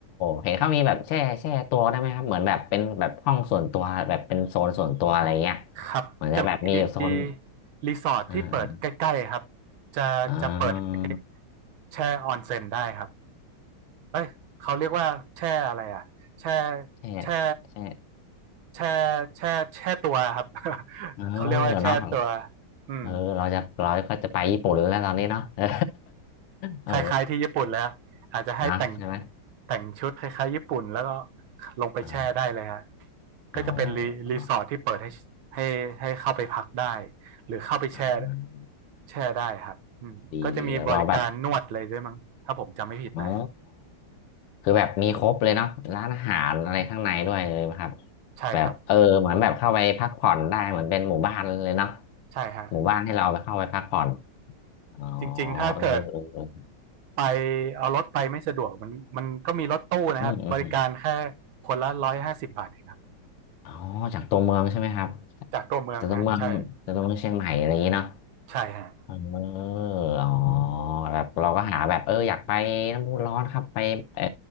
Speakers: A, on the left (about 85°); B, on the right (about 70°).
A: เห็นเขามีแบบแช่แช่ตัวได้ไหมครับเหมือนแบบเป็นแบบห้องส่วนตัวแบบเป็นโซนส่วนตัวอะไรเงี้ย
B: ครับจะมีรีสอร์ทที่เปิดใกล้ๆครับ
A: เหมือนจะแบบมีโซนอ่า
B: จะจะเปิดให้
A: อ่า
B: แช่ออนเซ็นได้ครับเอ้ยเขาเรียกว่าแช่อะไรอ่ะแช่
A: แช่
B: แช่
A: แช่
B: แช่แช่แช่ตัวครับ <laughs>
A: เออ
B: เขาเรียกว่าแช่ตัว
A: เนาะ
B: อืม
A: เออเราจะเราก็จะไปญี่ปุ่นแล้วตอนนี้เนาะ <laughs> เออ <laughs> เออ
B: คล้ายๆที่ญี่ปุ่นแล้วอาจจะให้แต่ง
A: นะใช่ไหม
B: แต่งชุดคล้ายๆญี่ปุ่นแล้วก็ลงไปแช่ได้เลยฮะ
A: อ๋ออ๋อ
B: ก็จะเป็นรีรีสอร์ทที่เปิดให้ให้ให้เข้าไปพักได้
A: เนาะ
B: หรือเข้าไปแช่
A: อ่า
B: แช่ได้ครับอืมก็จะมีบริการนวดเลยด้วยมั้งถ้าผมจำไม่ผิดนะ
A: ดีดีแล้วเราแบบอ๋อคือแบบมีครบเลยเนาะร้านอาหารอะไรข้างในด้วยเลยไหมครับ
B: ใช่ครับ
A: แบบเออเหมือนแบบเข้าไปพักผ่อนได้เหมือนเป็นหมู่บ้านเลยเนาะ
B: ใช่ฮะ
A: หมู่บ้านให้เราไปเข้าไปพักผ่อนอ๋อ
B: จริงๆถ้าเกิด
A: เออเออเออ
B: ไปเอารถไปไม่สะดวกมันมันก็มีรถตู้นะครับบริการแค่
A: อืมอืมอม
B: คนละหนึ่งร้อยห้าสิบบาทเองครับ
A: อ๋อจากตัวเมืองใช่ไหมครับ
B: จากตัวเมืองฮะใช่
A: จากตัวเมืองจากตัวเมืองเชียงใหม่อะไรอย่างนี้เนาะ
B: ใช่ฮะ
A: เอออ๋อแบบเราก็หาแบบเอออยากไปน้ำพุร้อนครับไปเออ